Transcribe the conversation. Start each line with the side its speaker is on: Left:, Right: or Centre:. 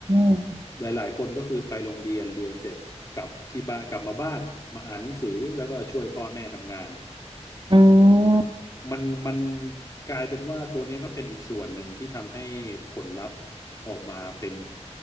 Right: ม
Left: หลายๆคนก็คือไปโรงเรียนเรียนเสร็จกลับที่บ้านกลับมาบ้านมาอ่านหนังสือแล้วก็ช่วยพ่อแม่ทำงาน
Right: อืม
Left: มันมันกลายเป็นว่าตัวนี้ก็เป็นอีกส่วนหนึ่งที่ทำให้ผลลัพธ์ออกมาเป็น